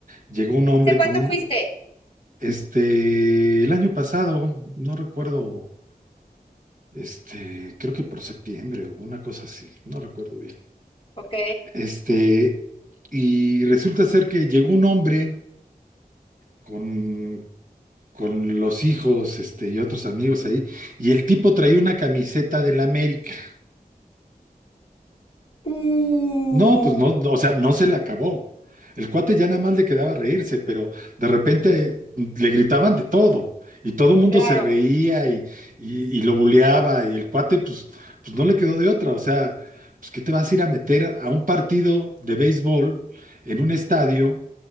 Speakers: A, on the right (about 55°); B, on the left (about 35°).
A: llegó un hombre
B: ¿Hace cuánto
A: con,
B: fuiste?
A: este, el año pasado, no recuerdo, este, creo que por septiembre o una cosa así, no recuerdo bien.
B: Ok.
A: Este, y resulta ser que llegó un hombre con con los hijos, este, y otros amigos ahí, y el tipo traía una camiseta del América.
B: Uh,
A: No, pues no, no, o sea, no se la acabó. El cuate ya nada más le quedaba reírse, pero de repente le gritaban de todo, y todo el mundo
B: claro.
A: se reía y, y- y lo buleaba, y el cuate, pues, pues no le quedó de otra. O sea, pues, ¿qué te vas a ir a meter a un partido de béisbol en un estadio?